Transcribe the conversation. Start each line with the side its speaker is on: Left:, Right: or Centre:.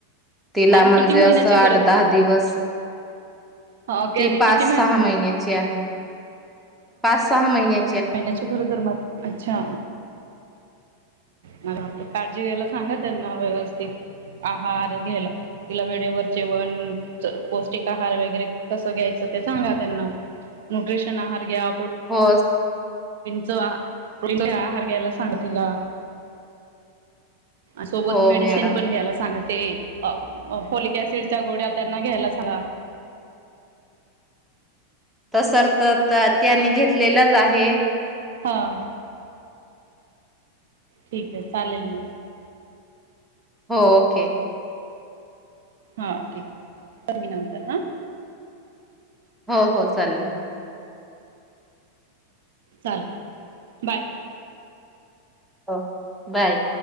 Centre: तिला
Right: आणि
Centre: म्हणजे
Right: किती महिन्याची
Centre: असं आठ,
Right: गरज
Centre: दहा दिवस
Right: हा
Centre: ती
Right: आणि
Centre: पाच,
Right: किती
Centre: सहा महिन्याची आहे. पाच, सहा महिन्या
Right: महिन्याची गरोदर म अच्छा म आता काळजी घ्यायला सांगा त्यांना व्यवस्थित आहार घ्यायला तिला वेळेवर जेवण, पौष्टिक आहार, वगैरे कसं घ्यायचं ते सांगा त्यांना न्यूट्रिशन आहार, घ्या
Centre: हो
Right: चं-प्रोटीनच आहार घ्यायला सांग तिला. सोबत
Centre: हो
Right: मेडिसिन
Centre: मॅडम
Right: पण घ्यायला सांगत ते फोलिकऍसिडच्या गोळ्या त्यांना घ्यायला सांगा.
Centre: त सर् तर त्यांनी घेतलेलंच आहे,
Right: हां, ठीक आहे चालेल म.
Centre: हो ओके.
Right: हा ठीक आहे करेन मी नंतर हा.
Centre: हो हो चालेल म.
Right: चाल बाय.
Centre: हो बाय.